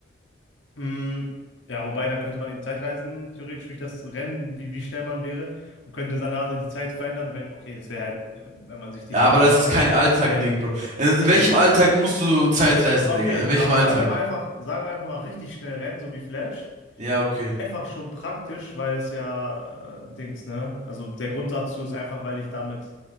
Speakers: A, on the left; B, on the right.
A: Mm, ja, wobei, dann könnte man in die Zeit reisen, theoretisch durch das Rennen, wie, wie schnell man wäre, und könnte danach die Zeit verändern, wenn, okay, das wäre halt, äh, wenn man sich die
B: Ja,
A: Serie
B: aber das
A: angeschaut
B: ist kein
A: hat,
B: Alltag-Ding,
A: ein,
B: Bro. In, in welchem Alltag musst du Zeitreisen,
A: okay,
B: Digga? In welchem
A: aber
B: Alltag?
A: sagen wir mal einfach, sagen wir einfach mal richtig schnell rennen, so wie Flash.
B: Ja, okay.
A: Einfach schon praktisch, weil es ja, äh, Dings, ne? Also der Grund dazu ist einfach, weil ich damit